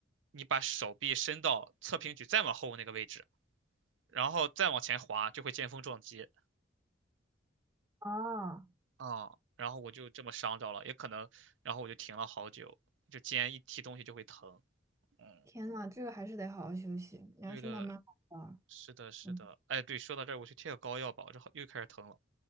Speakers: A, on the right (about 85°); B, on the right (about 15°).
A: 你把手臂伸到侧平举再往后那个位置，然后再往前滑，就会见峰撞击
B: 啊，
A: 啊。然后我就这么伤着了，也可能，然后我就停了好久，就肩一提东西就会疼。嗯，
B: 天呐，这个还是得好好休息，你还是慢慢好吧。
A: 对的，是的，是的。
B: 嗯，
A: 哎，对，说到这儿，我去贴个膏药吧，我这好又开始疼了。